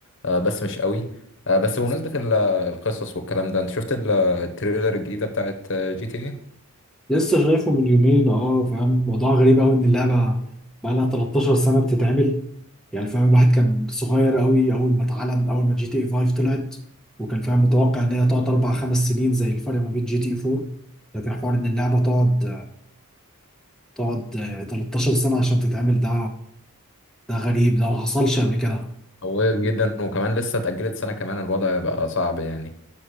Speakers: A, on the left; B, in the centre.
A: آه، بس مش قوي آه، بس بمناسبة ال- القصص والكلام ده انت شفت ال- التريلر الجديدة بتاعت آه، جي تي ايه؟
B: لسه شايفه من يومين اه فاهم موضوع غريب قوي ان اللعبه بقى لها 13 سنه بتتعمل يعني فاهم الواحد كان صغير قوي اول ما اتعلن اول ما جي تي اي 5 طلعت وكان فاهم متوقع ان هي تقعد اربع خمس سنين زي الفرق ما بين جي تي اي 4 لكن حوار ان اللعبه تقعد تقعد آه، 13 سنه عشان تتعمل ده ده غريب ده ما حصلش قبل كده
A: طولت جدا وكمان لسه اتأجلت سنة كمان الوضع بقى صعب يعني